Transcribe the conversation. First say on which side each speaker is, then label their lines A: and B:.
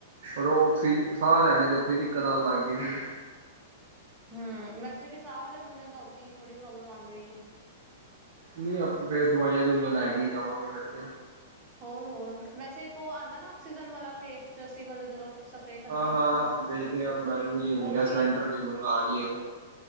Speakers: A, on the right; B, on the right.
A: ਫਿਰ ਓ ਔਕਸੀਜਨ ਸਾਹ ਲੈਣੇ ਚ ਉੱਥੈ ਦਿੱਕਤ ਆਉਣ ਲੱਗ ਗਈ ਸੀ।
B: ਹੂੰ, ਵੈਸੇ ਵੀ ਸਾਹ ਵਾਲੇ ਬੰਦੇ ਨੂੰ ਉੱਥੇ ਹੀ ਥੋੜ੍ਹੀ ਪ੍ਰੋਬਲਮ ਆਉਂਦੀ ਐ।
A: ਨਹੀਂ, ਆਪੇ ਦਵਾਈਆਂ-ਦੁਵਾਈਆਂ ਲੈ ਕੇ ਜਾਵਾਂਗੇ ਫਿਰ ਤੇ।
B: ਹੋਰ- ਹੋਰ, ਵੈਸੇ ਇੱਕ ਉਹ ਆਉਂਦਾ ਨਾ, ਆਕਸੀਜਨ ਵਾਲਾ ਫੇਸ ਚ ਅਸੀਂ ਮਤਲਬ ਜਦੋਂ- ਸਪਰੇਅ ਕਰਦੇ
A: ਹਾਂ-
B: ਆ।
A: ਹਾਂ, ਦੇਖੇ ਰਿਹਾ ਮੈ ਵੀ ਉਹੀ ਓ
B: ਉਹ
A: ਵੇਖ ਰਿਹਾ ਸਿਲੰਡਰ ਵੀ ਮੰਗਵਾ ਲਈਏ ਫਿਰ।